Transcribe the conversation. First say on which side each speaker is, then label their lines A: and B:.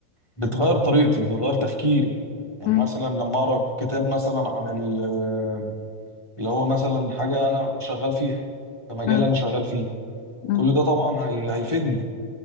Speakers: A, on the left (about 45°); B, on the left (about 80°).
A: بتغير طريقتي بتغير تفكيري يعني
B: مم،
A: مثلا لما اقرا كتاب مثلا عن ال- آه، اللي هو مثلا حاجه انا شغال فيها في مجال
B: مم،
A: انا شغال فيه
B: مم،
A: كل ده طبعا هي- هيفيدني